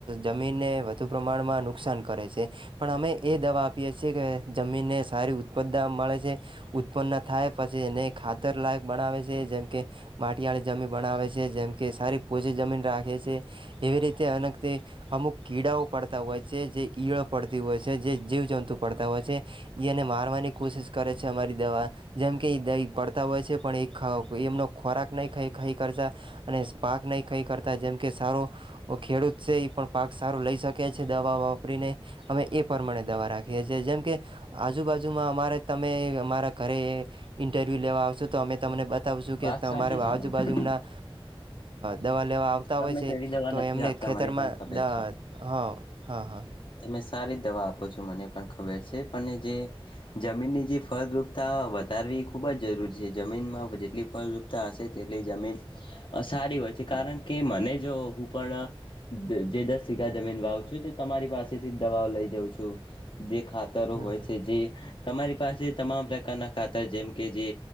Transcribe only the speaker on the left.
વાત
સાચી છે
તમારી
તમે
એવી દવા
નથી
આપતા
મને પણ ખબર છે
તમે સારી દવા આપો છો મને પણ ખબર છે પણ જે જમીનની જે ફળદ્રુપતા વધારે. ખૂબ જ જરૂરી છે જમીનમાં જેટલી ફળપતા હશે તેટલી જમીન સારી હોય છે કારણ કે. કે મને જો હું પણ જે દસ સીગા જમીન વાવ છું તો તમારી પાસેથી દવાઓ લઈ. જઉ છું જે ખાતરો
હોય
છે જે. તમારી પાસે તમામ પ્રકારના ખાતર જેમ કે જે